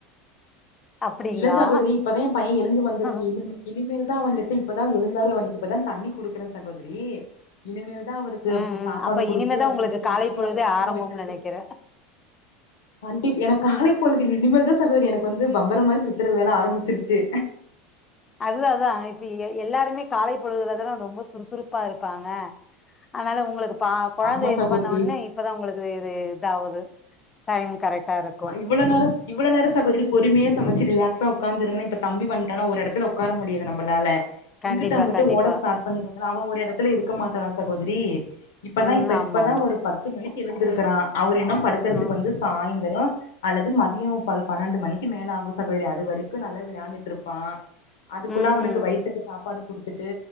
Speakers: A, on the left; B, on the left.
A: அப்டிங்களா
B: இல்ல சகோதரி இப்பதா ஏ பையே எழுந்து வந்துருக்கா
A: ம்
B: இனிமே இனிமேல் தா அவன்ங்கிட்ட இப்பதா எழுந்தாரு அவனுக்கு இப்பதா தண்ணி குடுக்குறே சகோதரி இனிமேல் தா அவருக்கு
A: ம்
B: சாப்பாடு
A: அப்ப
B: குடுத்து
A: இனிமேதா உங்களுக்கு
B: குளிக்க
A: காலை
B: வச்சு
A: பொழுதே
B: அவர் தூங்க
A: ஆரம்பம்னு
B: வைக்கிறதுக்கு
A: நெனைக்கிறே
B: கண்டிப் எனக் காலைப்பொழுதில் இனிமேல் தா சகோதரி எனக் வந்து பம்பரோ மாரி சுத்தற வேல ஆரம்பிச்சிருச்சு
A: அதுதா அதா இப்ப எல் எல்லாருமே காலை பொழுதுல தான ரொம்போ சுறுசுறுப்பா இருப்பாங்க அத்னால உங்ளுக்கு பா கொழந்தைய
B: ஆமா
A: இது
B: சகோதரி
A: பண்ண உன்னே இப்பதா உங்களுக்கு வே இது இதாவுது டைம் கரெட்டா இருக்
B: அ இவ்ளோ நேரோ சொல் இவ்ளோ நேரோ சகோதரி பொறுமையா சமைச்சு ரிலாக்ஸா உக்காந்துருந்தேனா இப்ப தம்பி வந்துட்டானா ஒரு இடத்துல உக்கார முடியல நம்மளால
A: கண்டிப்பா
B: இங்கிட்ட அங்கிட்டு
A: கண்டிப்பா
B: ஓட ஸ்டார்ட் பண்ணிருக்கா அவெ ஒரு இடத்துல இருக்க மாட்டா சகோதரி இப்பதா
A: ம்
B: இப்ப
A: ஆமா
B: இப்பதா
A: ஆமா
B: ஒரு பத்து மணிக்கு எழுந்திருக்கறா அவர் இன்னு படுக்குறதுக்கு
A: ம்
B: வந்து சாய்ந்தரோ அல்லது மதியோ பல் பன்னெண்டு மணிக்கு மேலாகு சகோதரி அது வரைக்கு நல்லா விளையாண்டுட்டுருப்பா அதுக்குள்ள
A: ம்
B: அவனுக்கு
A: ம்
B: வய்த்துக்கு சாப்பாடு குடுத்துட்டு